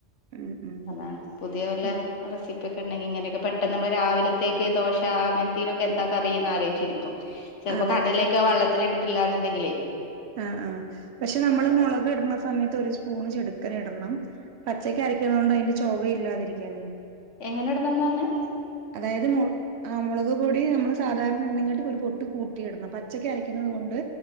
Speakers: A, on the right; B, on the left.
A: ഉം ഉം
B: അതാണ് പുതിയ വല്ല
A: ഉം
B: റെസിപ്പി ഒക്കെ ഉണ്ടെങ്കിൽ ഇങ്ങനെയൊക്കെ പെട്ടെന്ന് നമ്മള് രാവിലത്തേക്ക് ദോശ അങ്ങനെ നൊക്കെ എന്താ കറിയെന്ന് ആലോചിച്ചിരിക്കും ചെലപ്പൊ
A: അതെ
B: കടലേക്കെ വെള്ളത്തിലിട്ടിട്ടില്ലാ ന്നുണ്ടെങ്കിലേ
A: ആഹ് ആഹ് പക്ഷെ നമ്മള് മൊളക് ഇടുന്ന സമയത്ത് ഒരു സ്പൂണ് ചെടുക്കൻ ഇടണം പച്ചക്കരക്കണോണ്ട് അതിന്റെ ചൊവ ഇല്ലാതിരിക്കാനെ
B: എങ്ങനെ ഇടുന്നെന്ന് പറഞ്ഞെ
A: അതായത് മു ആ മുളക് പൊടി നമ്മള് സാധാരണണ്ണങ്ങനെ ഒരു പൊട്ട് കൂട്ടിയിടണം പച്ചക്കരക്കുന്നത് കൊണ്ട്